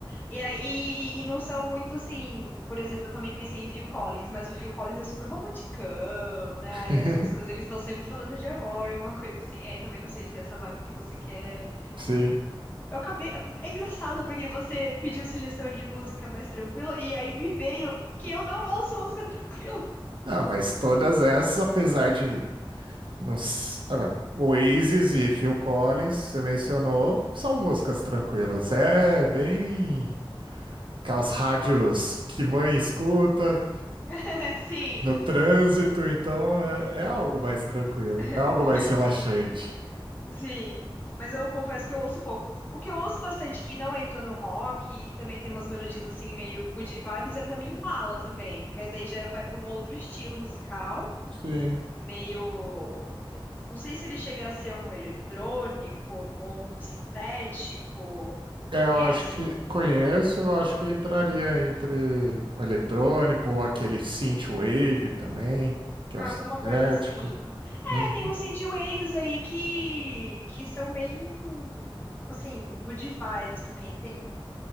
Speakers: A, on the left; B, on the right.
A: E, aí- e, e não são muito assim, por exemplo, eu também pensei em Phil Collins, mas o Phil Collins é super romanticão, né?
B: <laughs>
A: Aí as músicas eles estão sempre falando de amor, alguma coisa assim. Aí também não sei se é essa vibe que você quer.
B: Sim.
A: Eu acabei. É engraçado porque você pediu sugestão de música mais tranquila e aí me veio que eu não ouço música tranquila.
B: Ah, mas todas essas, apesar de não, s- ah, não, Oasis e Phil Collins, você mencionou, são músicas tranquilas. É bem aquelas rádios que mãe escuta
A: <laughs> Sim,
B: no trânsito, então é, é algo mais tranquilo,
A: <laughs>
B: é algo mais relaxante.
A: sim. Sim, mas eu confesso que eu ouço pouco. O que eu ouço bastante que não entra no rock, que também tem umas melodias assim meio good vibes, é também Impala também, mas daí já vai para um outro estilo musical,
B: Sim.
A: meio não sei se ele chega a ser um eletrônico ou um sintético.
B: É, eu
A: Conhece?
B: acho que conheço, eu acho que entraria entre o eletrônico ou aquele synthwave também, que
A: Alguma
B: é o sintético.
A: coisa assim. É,
B: Uhum.
A: tem uns synthwaves aí que que são bem assim, good vibes também. Tem